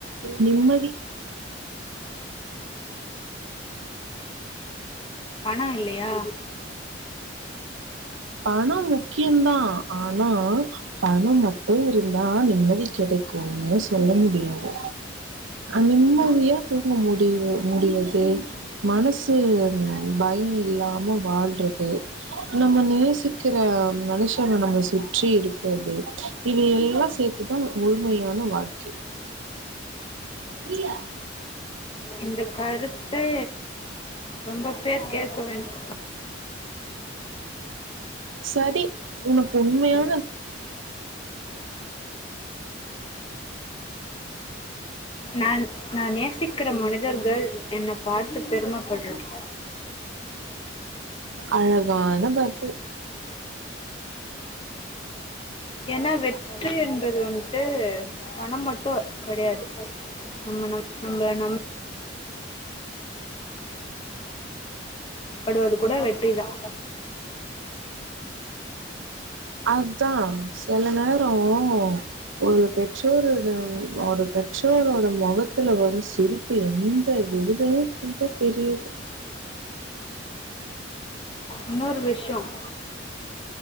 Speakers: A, on the right; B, on the left.
A: நிம்மதி
B: பணம் இல்லயா
A: பணம் முக்கியம்தா ஆனா பணம் மட்டும் இருந்தா நிம்மதி கெடைக்குமோ சொல்ல முடியாது நிம்மதியா தூங்க முடியும் முடியது மனசு பயம் இல்லாம வாழ்றது நம்ம நே இருக்கிற மனுஷங்க நம்ம சுற்றி இருப்பது இவையெல்லாம் சேர்த்துதான் முழுமையான வாழ்க்கை <unintelligible>
B: இந்த கருப் பே ரொம்ப பேர் கே க்க வேணும்
A: செரி உனக்கு உண்மயா
B: நான் நான நேசிக்கிற மனிதர்கள் என்னை பார்த்து பெருமைப்படுறது
A: அழகான பர்த்
B: ஏன்னா வெற்றி என்பது வந்துட்டு பணம் மட்டும் கெடையாது நம்ம ந நம்மள நம் படுவது கூட வெற்றிதான்
A: அதான் சில நேரம் ஒரு பெற்றோருட ஒரு பெற்றோரோட முகத்துல வரும் சிரிப்பு எந்த விருதையும் விட பெரியது
B: இன்னொருவிஷம்